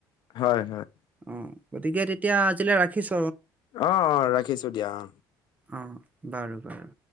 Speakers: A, on the left; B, on the right.
A: হয় হয়।
B: অ গতিকে তেতিয়া আজিলৈ ৰাখিছ-
A: অ অ ৰাখিছো দিয়া অ।
B: অ বাৰু বাৰু।